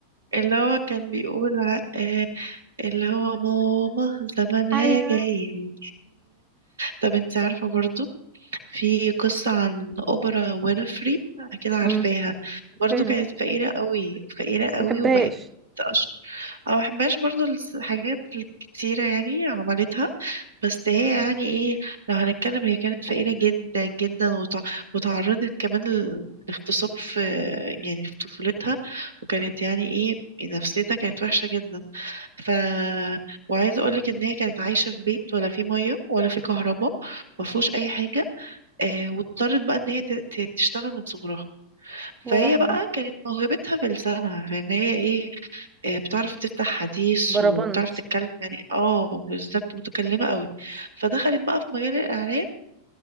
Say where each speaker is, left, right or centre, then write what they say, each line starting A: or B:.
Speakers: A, on the right; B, on the right.
A: اللي هو كان بيقول ع- آه، اللي هو ماما زمانها
B: <laughs> ايوه
A: جاي طب انت عارفة برضو في قصة عن أوبرا وينفري أكيد عارفاها
B: امم
A: برضو
B: فيلم
A: كانت فقيرة قوي فقيرة قوي
B: مبحبهاش
A: وبقت أشهر أنا مبحبهاش برضو الس- الحاجات الكتيرة يعني عملتها بس هي يعني إيه لو هنتكلم هي كانت فقيرة جدا جدا وتع- وتعرضت كمان لل- للاغتصاب في يعني في طفولتها وكانت يعني إيه نفسيتها كانت وحشة جدا ف وعايزة أقولك إن هي كانت عايشة في بيت ولا في مية ولا في كهرباء مفهوش أي حاجة آه واضطرت بقى ان هي ت- ت- تشتغل من صغرها
B: يا
A: فهي
B: لهوي
A: بقى كانت موهبتها في لسانها فان هي ايه آه بتعرف تفتح حديث
B: بربنت
A: وبتعرف تتكلم يعني اه بالظبط متكلمة قوي فدخلت بقى في مجال الاعلام